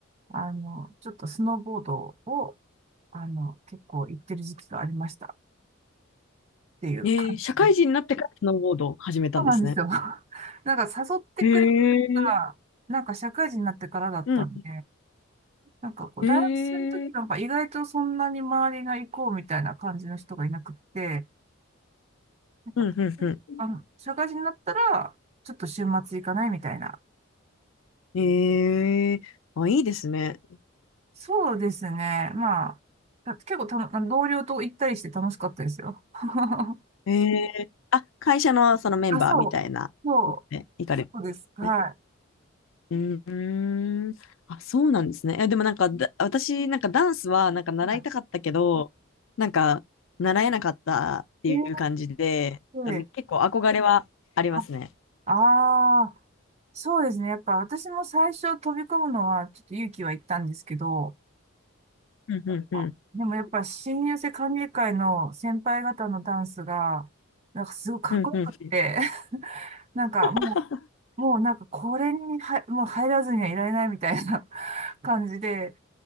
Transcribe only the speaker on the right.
あの、ちょっとスノーボードを、あの、結構行ってる時期がありましたっていう感じ。
そうなんですよ。<laughs> なんか誘ってくれた人が、
なんか社会人になってからだったんで、
なんかこう、
大学生の時なんか意外とそんなに周りが行こうみたいな感じの人がいなくって、
なんか、
あの、社会人になったら、ちょっと週末行かないみたいな。
そうですね。まあ、だって結構たの、あの同僚と行ったりして楽しかったですよ。<laughs>
あ、そう、そう、
そうです。は
い。は
い。えー、
であ、あー、そうですね。やっぱ私も最初飛び込むのはちょっと勇気はいったんですけど、
あでもやっぱ新入生歓迎会の先輩方のダンスが、なんかすごいかっこよくって、
<laughs> なんかも
う、もうなんかこれには、もう入らずにはいられないみたいな <laughs> 感じで、